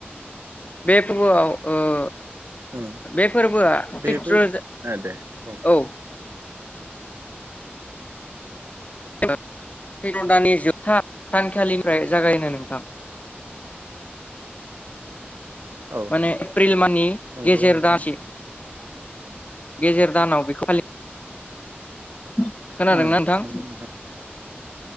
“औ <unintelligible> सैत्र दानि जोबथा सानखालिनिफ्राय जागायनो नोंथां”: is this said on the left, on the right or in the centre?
Left